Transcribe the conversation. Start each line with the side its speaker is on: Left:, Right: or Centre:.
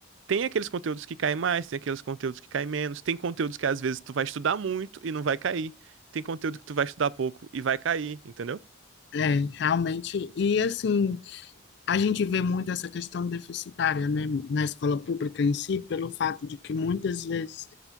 Right: tem aqueles conteúdos que caem mais, tem aqueles conteúdos que caem menos, tem conteúdos que às vezes tu vai estudar muito e não vai cair, tem conteúdo que tu vai estudar pouco e vai cair, entendeu?
Left: É, realmente. E assim, A gente vê muito essa questão deficitária, né, na escola pública em si, pelo fato de que muitas vezes